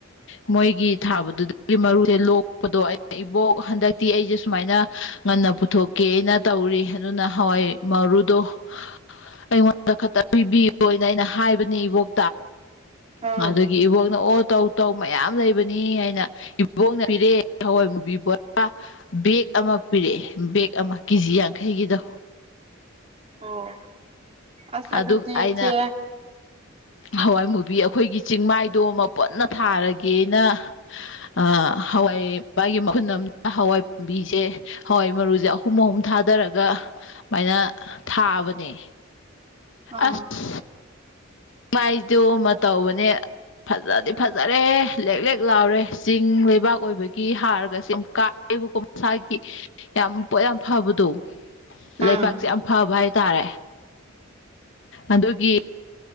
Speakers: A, on the left; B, on the right.
A: ꯃꯣꯏꯒꯤ ꯊꯥꯕꯗꯨꯗꯒꯤ ꯃꯔꯨꯁꯦ ꯂꯣꯛꯄꯗꯣ ꯑꯩꯅ ꯏꯕꯣꯛ ꯍꯟꯗꯛꯇꯤ ꯑꯩꯁꯦ ꯁꯨꯃꯥꯏꯅ ꯉꯟꯅ ꯄꯨꯊꯣꯛꯀꯦꯅ ꯇꯧꯔꯤ ꯑꯗꯨꯅ ꯍꯋꯥꯏ ꯃꯔꯨ ꯑꯗꯣ ꯑꯩꯉꯣꯟꯗ ꯈꯠꯇ ꯄꯤꯕꯤꯌꯣꯅ ꯑꯩꯅ ꯍꯥꯏꯕꯅꯤ ꯏꯕꯣꯛ
B: ꯑꯥ
A: ꯑꯗꯨꯒꯤ ꯏꯕꯣꯛꯅ ꯑꯣ ꯇꯧ ꯇꯧ ꯃꯌꯥꯝ ꯂꯩꯕꯅꯤ ꯍꯥꯏꯅ ꯏꯕꯣꯛꯅ ꯄꯤꯔꯑꯦ ꯍꯋꯥꯏ ꯃꯨꯕꯤ ꯕꯦꯒ ꯑꯃ ꯄꯤꯔꯛꯑꯦ ꯕꯦꯒ ꯑꯃ ꯀꯦꯖꯤ ꯌꯥꯡꯈꯩꯒꯤꯗꯣ
B: ꯑꯣ ꯑꯁ
A: ꯑꯗꯨꯒ
B: ꯑꯗꯨꯗꯤ
A: ꯑꯩꯅ
B: ꯏꯆꯦ
A: ꯍꯋꯥꯏ ꯃꯨꯕꯤ ꯑꯩꯈꯣꯏꯒꯤ ꯆꯤꯡꯃꯥꯏꯗꯣ ꯑꯃ ꯄꯨꯟꯅ ꯊꯥꯔꯒꯦꯅ ꯑꯥ ꯍꯋꯥꯏꯄꯥꯒꯤ ꯃꯍꯨꯟ ꯑꯃꯅ ꯍꯋꯥꯏ ꯄꯥꯝꯕꯤꯁꯦ ꯍꯋꯥꯏ ꯃꯔꯨꯁꯦ ꯑꯍꯨꯝ ꯑꯍꯨꯝ ꯊꯥꯗꯔꯒ ꯁꯨꯃꯥꯏꯅ ꯊꯥꯕꯅꯦ
B: ꯑꯥ
A: ꯑꯁ ꯃꯥꯏꯗꯣ ꯑꯃ ꯇꯧꯕꯅꯦ ꯐꯖꯗꯤ ꯐꯖꯔꯦ ꯂꯦꯛ ꯂꯦꯛ ꯂꯥꯎꯔꯦ ꯆꯤꯡ ꯂꯩꯕꯥꯛ ꯑꯣꯏꯕꯒꯤ ꯍꯥꯔꯒꯁ‌ꯦ ꯀꯥ ꯑꯩꯕꯨꯀꯣ ꯃꯁꯥꯒꯤ ꯌꯥꯝ ꯄꯣꯠ ꯌꯥꯝ ꯐꯕꯗꯣ ꯂꯩꯕꯥꯛꯁꯦ
B: ꯑꯥ
A: ꯌꯥꯝ ꯐꯕ ꯍꯥꯏꯇꯥꯔꯦ ꯑꯗꯨꯒꯤ